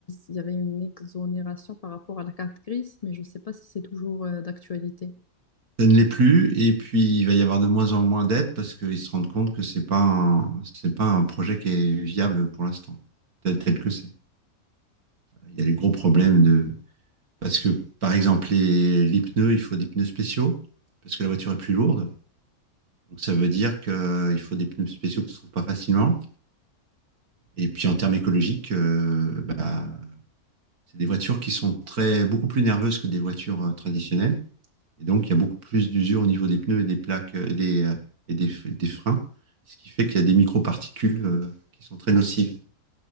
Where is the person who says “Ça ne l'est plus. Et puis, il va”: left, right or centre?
Right